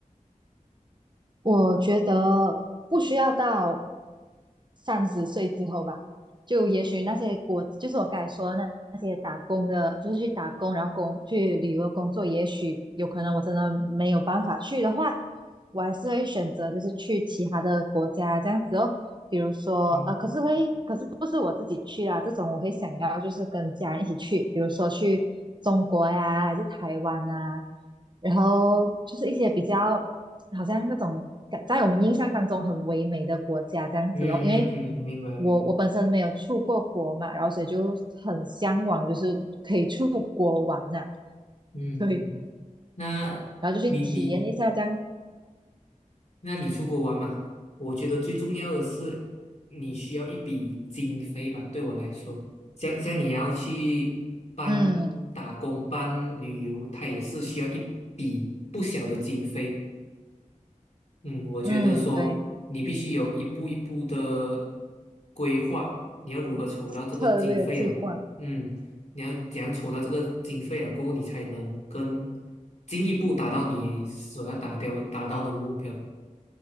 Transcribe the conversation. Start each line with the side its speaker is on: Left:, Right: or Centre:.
Right: 我觉得不需要到三十岁之后吧，就也许那些国，就是我刚才说的那那些打工的，就是去打工，然后工去旅游工作，也许有可能我真的没有办法去的话，我还是会选择就是去其他的国家这样子哦。比如说，
Left: 嗯
Right: 呃，可是会，可是不是我自己去啊，这种我会想要就是跟家人一起去，比如说去中国呀，还是台湾啊，然后就是一些比较。好像那种在我们印象当中很唯美的国家这样子哦。
Left: 嗯嗯嗯，
Right: 因为
Left: 明白明白。
Right: 我我本身没有出过国嘛，然后所以就很向往，就是可以出国玩呐、
Left: 嗯嗯，
Right: <laughs> 对，
Left: 那你你
Right: 然后就去体验一下这样。
Left: 那你出国玩嘛？我觉得最重要的是你需要一笔经费吧，对我来说，像像你要去办打工、
Right: 嗯
Left: 办旅游，它也是需要一笔不小的经费。嗯，我觉得说你必须有一步一步的
Right: 嗯，对，
Left: 规划，你要如何筹到这个经费了？
Right: 策略计划。
Left: 嗯，你要怎样筹到这个经费了过后，你才能更进一步达到你所要达掉达到的目标。